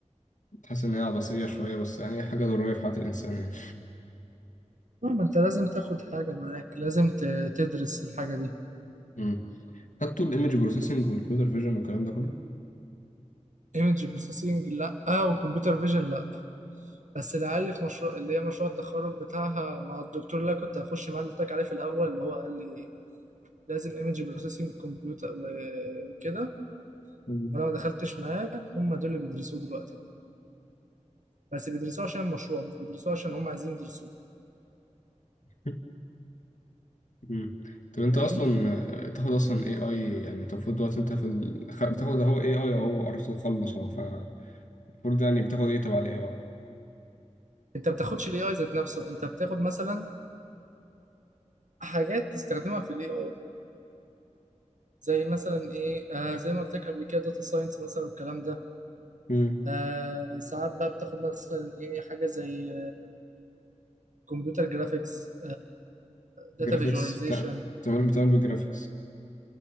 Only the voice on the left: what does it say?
تحس ان هي عبثيه شويه بس يعني هي حاجه ضروريه في حياه الانسان يعني
امم خدتوا الايمج بروسيسنج والكمبيوتر فيجن والكلام ده كله
مم.
<laughs> مم. طب انت
اصلا آه، تاخد اصلا اي اي يعني انت المفروض دلوقتي انت في ال... خ- بتاخد اهو اي اي اهو قربت تخلص اهو فالمفروض يعني بتاخد ايه تبع الاي اي
امم
جرافيكس
بتاع بتعمل بتعمل بالجرافيكس